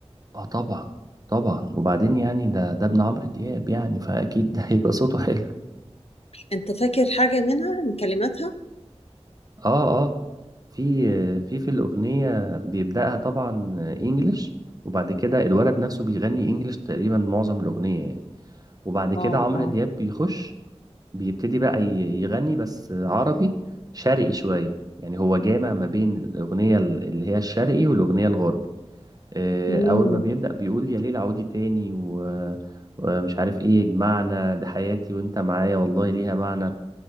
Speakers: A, on the right; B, on the left.
A: اه طبعا طبعا وبعدين يعني ده ده ابن عمرو دياب يعني فأكيد <laughs> هيبقى صوته حلو
B: أنت فاكر حاجة منها من كلماتها؟
A: اه اه في في في الأغنية بيبدأها طبعا انجلش وبعد كده الولد نفسه بيغني انجلش تقريبا معظم الأغنية يعني وبعد كده
B: اه
A: عمرو
B: اه
A: دياب بيخش بيبتدي بقى ي- يغني بس عربي شرقي شوية يعني هو جامع ما بين الأغنية ال- اللي هي الشرقي والأغنية الغربي آه،
B: مم.
A: أول ما بيبدأ بيقول يا ليل عودي تاني و- ومش عارف ايه يجمعنا ده حياتي وانت معايا والله ليها معنى